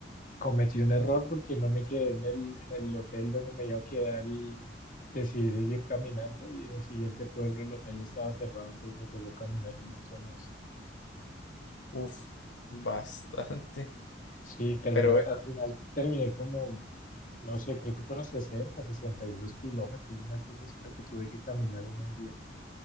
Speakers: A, on the left; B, on the left.
A: cometí un error porque no me quedé en el, en el hotel donde me iba a quedar y decidí seguir caminando y en el siguiente pueblo el hotel estaba cerrado, entonces me tocó caminar un montón más.
B: Uf, bastante.
A: Sí, terminé,
B: Pero bueno.
A: al final terminé como, no sé, creo que fueron sesenta sesenta y dos kilómetros, una cosa así lo que tuve que caminar en un día.